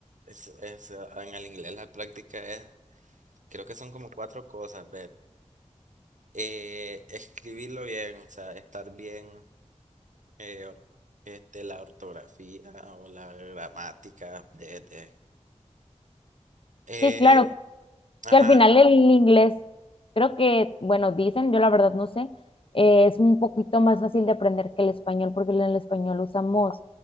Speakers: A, on the right; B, on the left.
A: es, es, eh, en el inglés la práctica es, creo que son como cuatro cosas, ve. Eh, escribirlo bien, o sea, estar bien, eh, or- este, la ortografía o la gramática de, de- eh,
B: Sí, claro,
A: ajá,
B: Que al final el inglés, creo que, bueno, dicen, yo la verdad no sé, eh, es un poquito más fácil de aprender que el español, porque en el español usamos